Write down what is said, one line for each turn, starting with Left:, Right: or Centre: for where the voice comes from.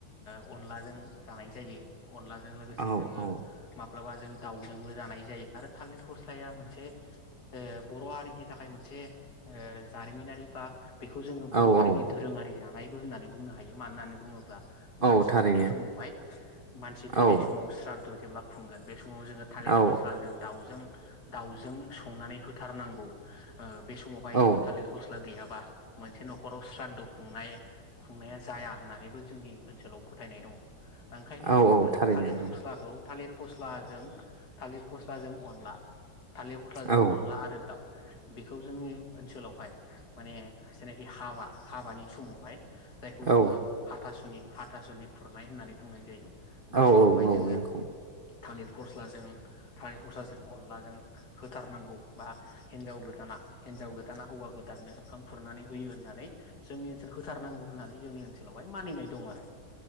Left: ओ अनलाजों। जानाय जायो। अनलाजों लोगोसे
Right: औ
Left: जोङो
Right: औ
Left: माप ब्लाबा जों दावजोंबो जानाय जायो आरो थालिर फस्लाया मोनसे ओ बर' हारिनि थाखाय मोनसे ओ जारिमिनारि बा बेखौ जोंङो बर'
Right: औ
Left: हारिनि
Right: औ
Left: धोरोंङारि जानायबो होननानै बुंनो हायो। मानो होननानै बुङोब्ला मानसि
Right: औ थारैनो
Left: थैनाय समावहाय सि थैनाय
Right: औ
Left: समाव सा रदु जेब्ला खुंगोन बे समाव जोङो थालिर
Right: औ
Left: फस्लाजों दाउजों दाउजों संनानै होथारनांगौ ओ बे समावहाय
Right: औ
Left: जोङो थालिर गस्ला गैयाब बा मोनसे नखराव स्रादु खुंनाय खुंनाया जाया होननानैबो जोंनि ओनसोलाव फोथायनाय दङ। ओंखायनो
Right: औ औ थारैनो
Left: थालिर
Right: औ
Left: फस्लाखौ थालिर फस्लाजों थालिर फस्लाजों अनला थालिर फस्लाजों
Right: औ
Left: अनला आरो दाव बेखौ जोंनि ओनसोलावहाय माने जायनाखि हाबा हाबानि समावहाय जायखौ
Right: औ
Left: जोङो हाथासुनि हाथासुनि खुरनाय होननानै बुंनाय जायो। बे
Right: औ
Left: समावहाय
Right: औ
Left: जोङो
Right: औ नंखौ।
Left: थालिर फस्लाजों थालिर फस्लाजों अनलाजों होथारनांगौ बा हिनजाव गोदाना हिनजाव गोदाना हौवा गोदाननो ओंखाम खुरनानै होयो होननानै जोंनि ओनसोल होथारनांगौ होननानै जोंनि ओनसोलावहाय मानिनाय दं आरो।